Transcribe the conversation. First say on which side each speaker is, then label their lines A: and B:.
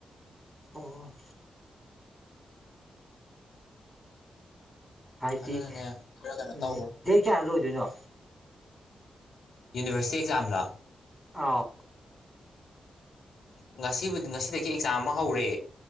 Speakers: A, in the centre; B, on the left.
A: ꯑꯣ ꯍꯥꯏꯗꯤ
B: ꯑꯗꯨꯅꯅꯦ ꯈꯔ ꯀꯩꯅꯣ
A: ꯎꯝ
B: ꯇꯧꯔꯦ
A: ꯗꯦꯠ ꯀꯌꯥ ꯂꯣꯏꯗꯣꯏꯅꯣ
B: ꯌꯨꯅꯤꯚꯔꯁꯤꯇꯤ ꯑꯦꯛꯖꯥꯝꯂꯣ
A: ꯑꯥꯎ
B: ꯉꯁꯤꯕꯨꯗꯤ ꯉꯁꯤꯗꯒꯤ ꯑꯦꯛꯖꯥꯝ ꯑꯃ ꯍꯧꯔꯦ